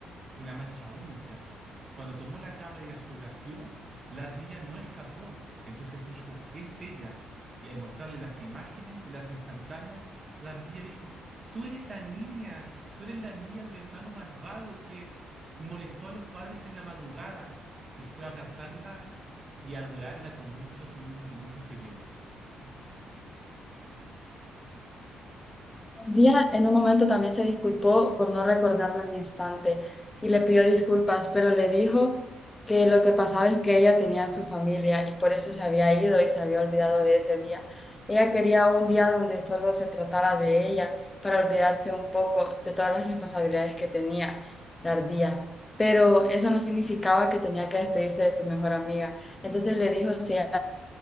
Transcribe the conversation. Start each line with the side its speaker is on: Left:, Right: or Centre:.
Right: una mancha única. Cuando tomó la cámara y la fotografió, la ardilla no escapó. Entonces dijo, es ella. Y al mostrarle las imágenes de las instantáneas, la ardilla dijo, tú eres la niña, tú eres la niña del hermano malvado que molestó a los padres en la madrugada. Y fue a abrazarla y a adorarla con muchos mimos y muchas bellotas.
Left: Día en un momento también se disculpó por no recordarlo al instante y le pidió disculpas, pero le dijo que lo que pasaba es que ella tenía a su familia y por eso se había ido y se había olvidado de ese día. Ella quería un día donde solo se tratara de ella para olvidarse un poco de todas las responsabilidades que tenía la ardía. Pero eso no significaba que tenía que despedirse de su mejor amiga. Entonces le dijo si ella